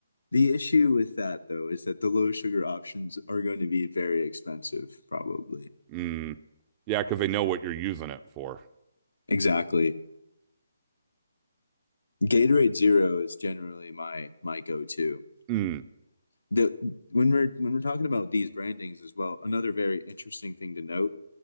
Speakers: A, on the left; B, on the right.
A: The issue with that though is that the low sugar options are going to be very expensive, probably.
B: Mm. Yeah, because they know what you're using it for.
A: Exactly. Gatorade Zero is generally my my go-to.
B: Mm.
A: The when we're when we're talking about these brandings as well, another very interesting thing to note